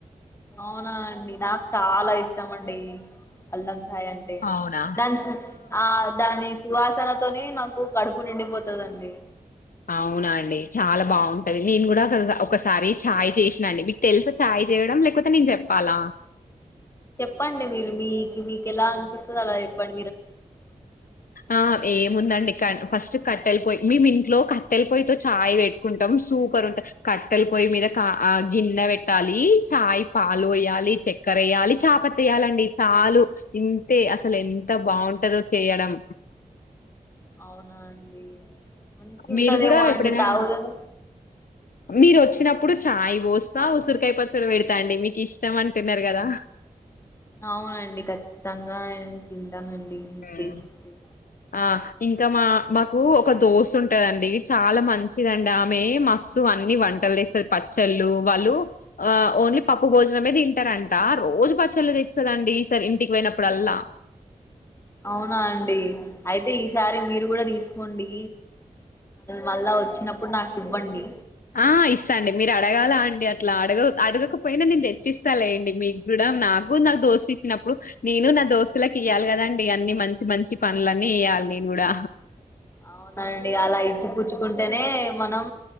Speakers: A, on the left; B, on the left.
A: అవునా అండి నాకు చాలా ఇష్టం అండి అల్లం చ్ చాయ్ అంటే
B: అవునా
A: దాంచ్ న్ ఆ దాని సువాసనతోనే నాకు కడుపు నిండిపోతుందిండి
B: అవునా అండి చాలా బాగుంటది నేను కూడా ఒకసారి చాయ్ చేసినా అండి మీకు తెలుసా చాయ్ చేయడం లేకపోతే నేను చెప్పాలా
A: చెప్పండి మీరు మీ మీకలనుపిసాల ప
B: ఆ ఏ ముందా అ క ఫస్ట్ కట్టెల పొయి మేము ఇంట్లో కట్టెల పొయ్య తతో చాయ్ పెట్టుకుంటాం సూపర్ ఉంటు కట్టెల పొయ్య మీద కా గిన్నె పెట్టాలి చాయ్ పాలు వేయాలి చక్కెర వేయాలి చాపత వేయాలండి చాలు ఇంతే అసలు ఎ అంత బాగుంటందో చేయడం
A: అవునా అడి మంచి ఉంటదేమో
B: మీరు కూడా ఎప్పుడైనా
A: అండి తాగు కదా
B: మీరు వచ్చినప్పుడు చాయ్ పోస్తా ఉసిరికాయ పచ్చడి పెడతాండి మీకు ఇష్టం అంటున్నారు కదా
A: అవునండి ఖచ్చితంగా నండి
B: హ్మ్
A: చేసితే
B: ఆ ఇంకా మా మాకు ఒక దోసా ఉంటదండి చాలా మంచిదండి ఆమె మస్సు అన్ని వంటలు తెస్తుంది పచ్చళ్ళు వాళ్ళు ఆ ఓన్లీ పప్పు భోజనం మీది తింటారంట రోజు పచ్చలు తెస్తుదండి ఈసారి ఇంటికి పోయినప్పుడల్లా
A: అవునా అండి అయితే ఈసారి మీరు కూడా తీసుకోండి మళ్ళా వచ్చినప్పుడు నాకు ఇవ్వండి
B: ఆ ఇస్తా అండి మీరు అడగాల అండి అట్లా అడగ అడగకపోయినా నేను తెచ్చిస్తాల అండి మీకు కూడా నాకు నాకు దోస్తు ఇచ్చినప్పుడు నేను నా దోస్తులలకు ఇయ్యాలి కదండి అన్ని మంచి మంచి పనులన్నీ ఇయ్యాలి నేను కూడా
A: అవునండి అలా ఇచ్చి పచ్చుకుంటేనే మనం